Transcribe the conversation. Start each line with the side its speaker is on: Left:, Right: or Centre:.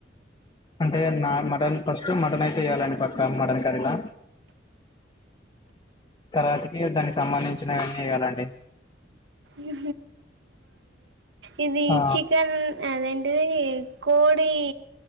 Left: అంటే నా మటన్ ఫస్ట్ మటన్ అయితే వేయ్యాలండి పక్కా మటన్ కర్రీలా తర్వాతకి దానికి సంబంధించినవన్నీ వేయాలండి
Right: ఇ ఇది ఈ
Left: ఆ
Right: చికన్ అద అంట కోడి